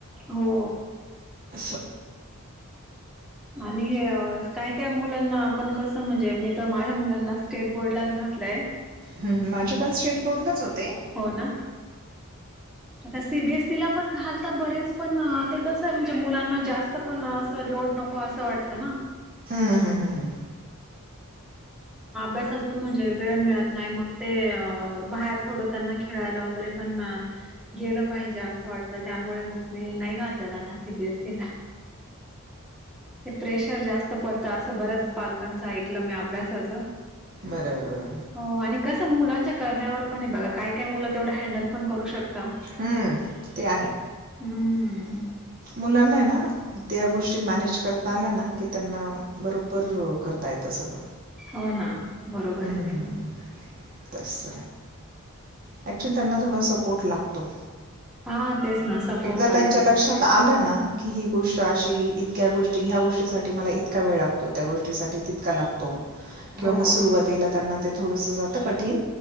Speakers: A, in the centre; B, on the right.
A: हो.
B: अठ.
A: आणि काय काय मुलांना आपण कस म्हणजे मी तर माझ्या मुलांना स्टेट बोर्डलाच घाल. म्हटलंय.
B: ह्म माझे पण स्टेट बोर्डलाच होते.
A: हो ना. आता सीबीएसईला पण घालता बरेच पण ते कसं आहे म्हणजे मुलांना जास्त पण. ण अ.
B: हं, हं, हं, हं.
A: त्यातून म्हणजे वेळ मिळत नाही मग ते अ बाहेर थोडं त्यांना खेळायला वगैरे पण गेलं पाहिजे असं वाटतं त्यामुळे मग मी नाही घातलं त्यांना सी बी एस ई ला ते प्रेशर जास्त पडतं असं बऱ्याच पालकांच ऐकलं मी आत अभ्यासाच
B: बरोबर बरोबर
A: हो आणि कस मुलांच्या करण्यावर पण आहे बघा काय काय मुलं तेवढं हँडल पण करू शकता
B: हम्म ते आहे.
A: हम्म.
B: मुलांना ना त्या गोष्टी मॅनेज करता आल्या ना की त्यांना बरोबर करत. काय तर सगळं.
A: हो ना. बरोबर
B: हम्म
A: आहे
B: हम्म
A: ते पण.
B: तेच. अक्च्युअली त्यांना थोडा सपोर्ट लागतो.
A: हां तेच ना सपोर्ट
B: एकदा
A: पाहिजे.
B: त्यांच्या लक्षात आलं ना की ही गोष्ट अशी इतक्या गोष्टी ह्या गोष्टीसाठी मला इतका वेळ लागतो त्या गोष्टीसाठी तितका लागतो. किंवा
A: हो.
B: मग सुरुवातीला त्यांना ते थोडस जात कठीण